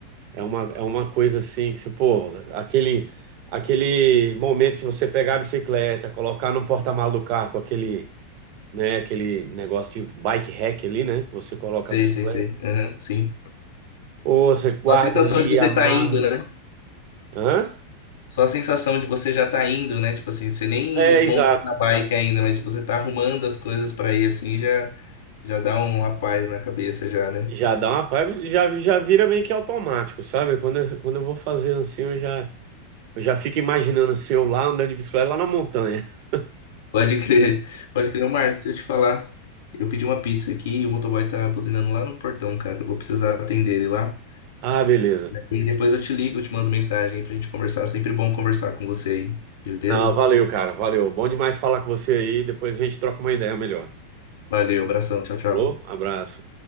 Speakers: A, on the right (about 45°); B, on the left (about 60°).
A: é uma, é uma coisa assim que, você, pô, aquele, aquele momento que você pegar a bicicleta, colocar no porta-malas do carro com aquele né? Aquele negócio de bike rack ali, né? Você coloca
B: Sei,
A: a bicicleta,
B: sei, sei. Aham, sim.
A: ou você guarda
B: Só a sensação
A: ali,
B: de você
A: amarra.
B: tá indo, né?
A: Hã?
B: Só a sensação de você já tá indo, né? Tipo assim, você nem
A: É,
B: montou
A: exato.
B: na bike ainda, mas tipo, você tá arrumando as coisas pra ir assim, já já dá uma paz na cabeça já, né?
A: Já dá uma paiva, já, já vira meio que automático, sabe? Quando eu, quando eu vou fazer assim, eu já, eu já fico imaginando assim, eu lá andando de bicicleta lá na montanha. <laughs>
B: Pode crer. Pode crer, Ô, Marcos, deixa eu te falar. Eu pedi uma pizza aqui e o motoboy tá buzinando lá no portão, cara. Eu vou precisar atender ele lá.
A: Ah, beleza.
B: E depois eu te ligo, eu te mando mensagem pra gente conversar. Sempre bom conversar com você aí, beleza?
A: Não, valeu, cara, valeu. Bom demais falar com você aí. Depois a gente troca uma ideia melhor.
B: Valeu, abração, tchau, tchau.
A: Falou? Abraço.